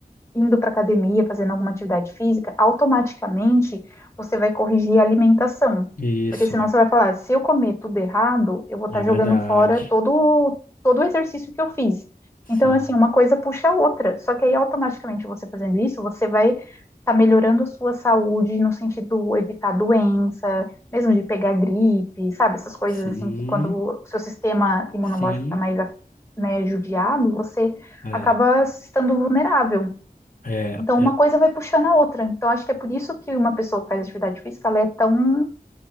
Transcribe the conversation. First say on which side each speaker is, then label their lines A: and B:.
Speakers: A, on the left (about 15°); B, on the left (about 60°).
A: indo para academia, fazendo alguma atividade física, automaticamente você vai corrigir a alimentação.
B: isso,
A: Porque senão você vai falar, se eu comer tudo errado, eu vou estar
B: é
A: jogando
B: verdade.
A: fora todo, todo o exercício que eu fiz.
B: Sim,
A: Então, assim, uma coisa puxa a outra. Só que aí, automaticamente, você fazendo isso, você vai estar melhorando a sua saúde no sentido de evitar doença, mesmo de pegar gripe, sabe? Essas coisas,
B: sim,
A: assim, que quando o seu sistema imunológico
B: sim.
A: está mais, né, judiado, você
B: É,
A: acaba se estando vulnerável.
B: é,
A: Então, uma
B: é
A: coisa vai puxando a outra. Então, acho que é por isso que uma pessoa que faz atividade física, ela é tão